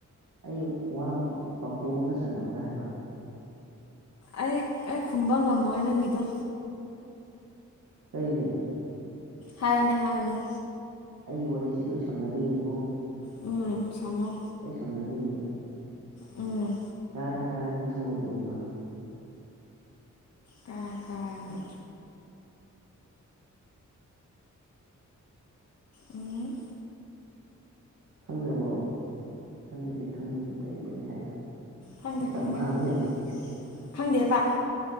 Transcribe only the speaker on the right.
ꯑꯩ ꯋꯥ ꯄꯥꯈꯣꯡ ꯑꯃ ꯆꯜꯂꯛꯎꯨꯔꯥ ꯍꯥꯏꯕ
ꯀꯩꯒꯤ
ꯑꯩꯒꯤ ꯋꯥꯔꯤꯁꯦ ꯂꯣꯏ ꯁꯝꯅꯗꯣꯏꯅꯤꯀꯣ
ꯑꯩ ꯁꯝꯅꯗꯣꯏꯅꯦꯕ
ꯀꯥꯔ ꯀꯔꯦ ꯅ ꯊꯨꯕ ꯀꯔꯤꯅꯣ
ꯈꯪꯗ꯭ꯔꯕꯣ ꯈꯪꯗ꯭ꯔꯗꯤ ꯈꯪꯗꯦ ꯑꯗꯨꯝ ꯇꯔꯦꯠ ꯇꯔꯦꯠ ꯍꯥꯏꯌꯣ
ꯃꯇꯝ
ꯃꯥꯡꯕ
ꯌꯥꯗꯦ